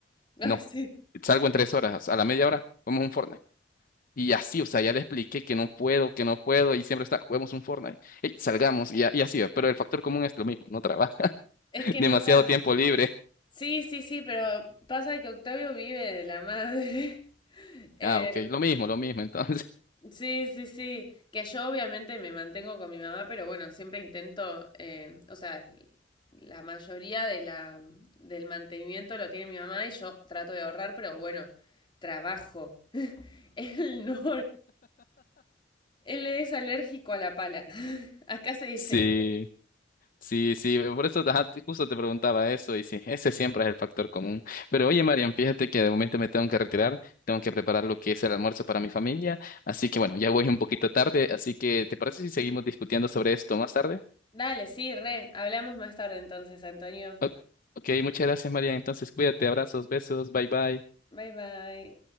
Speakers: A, on the left; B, on the left.
A: Ay,
B: No,
A: sí.
B: salgo en tres horas, a la media hora, vamos a un Fortnite. Y así, o sea, ya le expliqué que no puedo, que no puedo, y siempre está, juguemos un Fortnite, Ey, salgamos, y, a- y así, pero el factor común es lo mismo, no trabaja, <laughs>
A: Es que
B: demasiado
A: no tra-
B: tiempo libre.
A: Sí, sí, sí, pero pasa que Octavio vive de la madre. <laughs> Eh,
B: Ah, ok, lo mismo, lo mismo, entonces. <laughs>
A: sí, sí, sí. Que yo obviamente me mantengo con mi mamá, pero bueno, siempre intento, eh, o sea, l- la mayoría de la, del mantenimiento lo tiene mi mamá y yo trato de ahorrar, pero bueno, trabajo. <laughs> Él no, Él es alérgico a la pala. <laughs> Acá se dice.
B: Sí, sí, sí, por eso ajá, te- justo te preguntaba eso, y sí, ese siempre es el factor común. Pero oye, Marian, fíjate que de momento me tengo que retirar, tengo que preparar lo que es el almuerzo para mi familia, así que bueno, ya voy un poquito tarde, así que ¿te parece si seguimos discutiendo sobre esto más tarde?
A: Dale, sí, re. Hablamos más tarde entonces, Antonio.
B: O- Ok, muchas gracias, María. Entonces, cuídate, abrazos, besos, bye bye.
A: Bye bye.